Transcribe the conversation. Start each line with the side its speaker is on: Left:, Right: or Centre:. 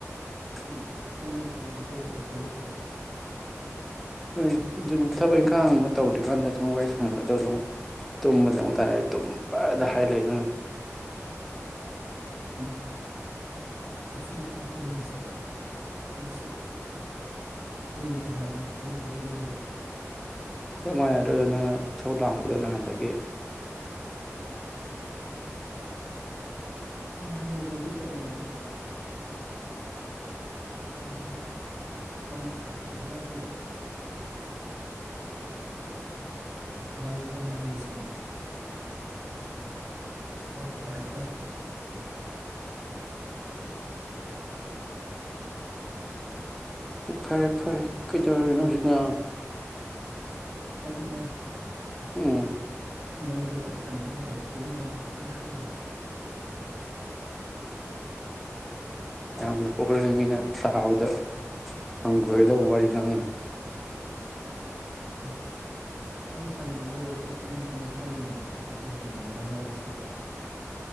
Centre: ꯎꯝ
Right: ꯁꯦꯝꯗꯣꯛꯄꯕꯨꯗꯤ ꯀꯩꯗꯧꯕꯩ ꯍꯩꯔꯣꯏꯗꯣꯏꯅꯣ
Centre: ꯍꯣꯏ ꯑꯗꯨꯅꯤ ꯊꯕꯛ ꯏꯪꯈꯥꯡ ꯑꯃ ꯇꯧꯗ꯭ꯔꯤꯀꯥꯟꯗ ꯁꯨꯝ ꯋꯥꯔꯤ ꯁꯥꯟꯅꯒꯗꯧꯗꯣ ꯑꯃꯨꯛ ꯇꯨꯝꯕꯗ ꯑꯃꯨꯛ ꯇꯥꯢ ꯇꯨꯝꯕꯗ ꯍꯥꯏ ꯂꯩ ꯅꯪꯅ
Right: ꯎꯝ ꯉꯁꯤ ꯈꯤꯇꯪ ꯇꯨꯝꯕꯁꯤꯗ ꯑꯗꯨꯁꯨ ꯇꯨꯝꯒꯦ ꯍꯥꯏꯕꯅꯤ ꯇꯨꯝꯁꯨ ꯇꯨꯝꯗ꯭ꯔꯤꯕ
Centre: ꯆꯞ ꯃꯥꯟꯅꯗ꯭ꯔ ꯑꯗꯣ ꯅꯪꯅ ꯏꯁꯧ ꯂꯥꯡꯕꯗꯣ ꯅꯍꯥꯟꯗꯒꯤ
Right: ꯉꯍꯥꯟꯒꯤꯗꯨꯗꯤ ꯀꯩꯅꯣꯅꯤꯗ ꯑꯪ ꯀꯩ ꯍꯥꯏꯅꯤ ꯅꯪꯅ ꯁꯥꯎꯍꯜꯂꯒ ꯑꯗꯨꯒ ꯃꯔꯤ ꯃꯔꯤ ꯃꯔꯤ ꯁꯨꯝ ꯁꯥꯎꯔꯛꯄ ꯍꯥꯏꯇꯥꯔꯦ
Centre: ꯍꯣꯏ ꯐꯔꯦ ꯐꯔꯦ ꯀꯩꯗꯧꯔꯤꯅꯣ ꯍꯧꯖꯤꯛꯅ
Right: ꯍꯧꯖꯤꯛ ꯂꯣ
Centre: ꯎꯝ
Right: ꯅꯪꯒ ꯋꯥꯔꯤ ꯁꯥꯟꯅꯗꯕ ꯌꯥꯕ ꯇꯨꯝꯒꯦꯅ ꯋꯥꯈꯜ ꯈꯜꯂꯤ
Centre: ꯌꯥꯝꯅ ꯀꯣ ꯍꯣꯔꯦꯟ ꯃꯤꯅ ꯇꯥꯕꯗ ꯍꯪꯒꯣꯏꯒꯗꯕ ꯋꯥꯔꯤ ꯉꯥꯡꯅꯨ
Right: ꯑꯦ ꯋꯥꯔꯤ ꯁꯥꯟꯅꯕ ꯂꯣꯏꯔꯒ ꯑꯩ ꯇꯨꯝꯒꯦꯅ ꯈꯜꯂꯤꯅꯦ ꯍꯥꯏꯕꯁꯤꯕꯨ ꯀꯩ ꯍꯪꯒꯣꯏꯅꯤꯡꯉꯥꯏ ꯌꯥꯎꯒꯦ ꯁꯤꯗꯩꯗ